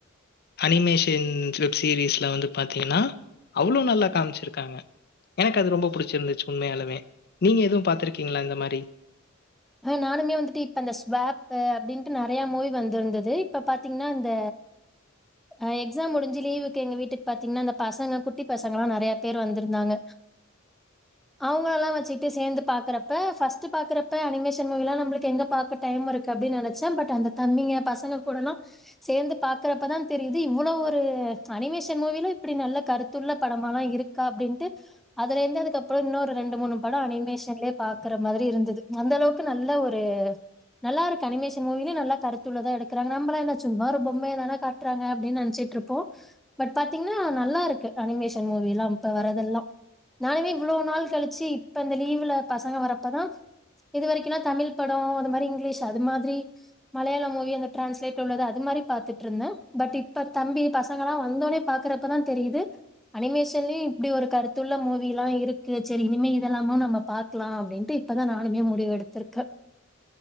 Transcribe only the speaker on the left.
அனிமேஷின்ஸ் வெப்சீரிஸ்ல வந்து பாத்தீங்கன்னா அவ்ளோ நல்லா காம்ச்சிருக்காங்க எனக்கு அது ரொம்ப புடுச்சிருந்துச்சு உண்மையாலுமே நீங்க எதும் பாத்திருக்கீங்களா இந்த மாரி